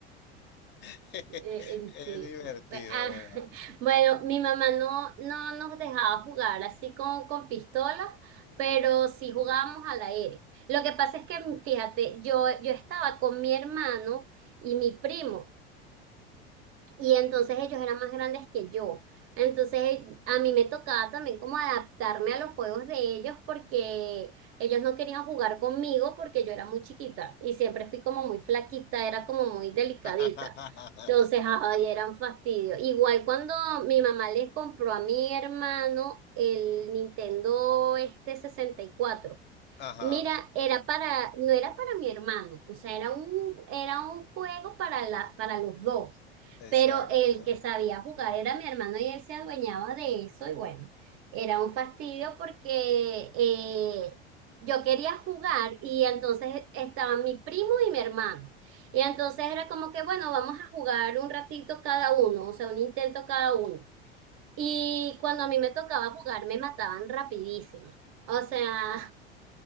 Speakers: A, on the left (about 35°); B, on the right (about 45°).
A: <laughs>
B: Eh, en
A: Es
B: sí.
A: divertido,
B: Pues, ah,
A: de verdad.
B: <laughs> Bueno, mi mamá no, no nos dejaba jugar así con, con pistolas, pero sí jugábamos a la ERE. Lo que pasa es que, fíjate, yo, yo estaba con mi hermano y mi primo. y entonces ellos eran más grandes que yo. Entonces a mí me tocaba también como adaptarme a los juegos de ellos porque ellos no querían jugar conmigo porque yo era muy chiquita y siempre fui como muy flaquita, era como muy delicadita.
A: <laughs>
B: Entonces, ay, era un fastidio. Igual cuando mi mamá les compró a mi hermano el Nintendo este sesenta y cuatro
A: Ajá,
B: Mira, era para, no era para mi hermano, o sea, era un, era un juego para la, para los dos,
A: exacto.
B: pero el que sabía jugar era mi hermano y él se adueñaba de eso y bueno, era un fastidio porque eh, yo quería jugar y entonces estaban mi primo y mi hermano. Y entonces era como que, bueno, vamos a jugar un ratito cada uno, o sea, un intento cada uno. Y cuando a mí me tocaba jugar, me mataban rapidísimo. O sea,